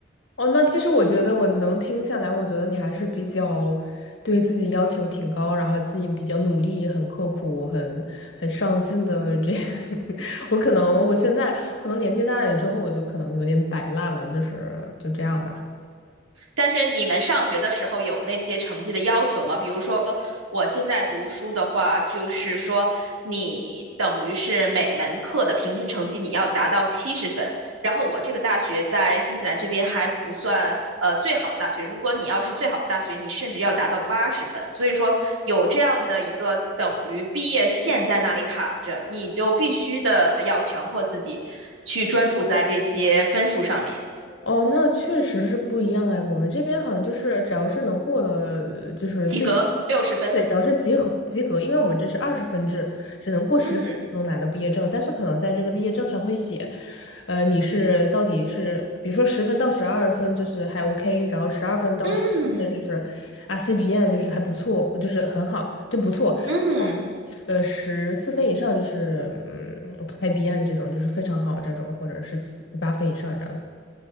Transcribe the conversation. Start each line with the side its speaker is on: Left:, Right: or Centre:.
Left: 哦，那其实我觉得我能听下来，我觉得你还是比较对自己要求挺高，然后自己比较努力、很刻苦、很很上进的这。<laughs> 我可能我现在可能年纪大了之后，我就可能有点摆烂了，就是就这样吧。
Right: 但是你们上学的时候有那些成绩的要求吗？比如说我现在读书的话，就是说你等于是每门课的平均成绩你要达到七十分。然后我这个大学在新西兰这边还不算呃最好的大学，如果你要是最好的大学，你甚至要达到八十分。所以说有这样的一个等于毕业线在那里卡着，你就必须的要强迫自己去专注在这些分数上面，
Left: 哦，那确实是不一样哎。我们这边好像就是，只要是能过了，呃就是最，
Right: 及格六十分。
Left: 对，只要是及格及格，因为我们这是二十分制，只能过十分才能拿到毕业证。
Right: 嗯。
Left: 但是可能在这个毕业证上会写，呃，你是到底是，比如说十分到十二分就是还 OK，然后十二分到十四分就是
Right: 嗯
Left: 啊 c p n 就是还不错，就是很好，就不错。
Right: 嗯，
Left: 呃，十四分以上就是嗯 i b n 这种就是非常好这种，或者是七八分以上这样子。